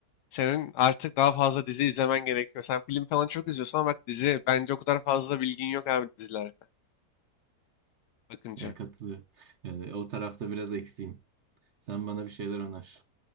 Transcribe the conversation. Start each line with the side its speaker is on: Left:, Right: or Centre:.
Left: Senin artık daha fazla dizi izlemen gerekiyor. Sen film falan çok izliyorsun ama bak dizi bence o kadar fazla bilgin yok abi dizilerde bakınca.
Right: Yani katılıyorum. Ee, o tarafta biraz eksiğim. Sen bana bir şeyler öner.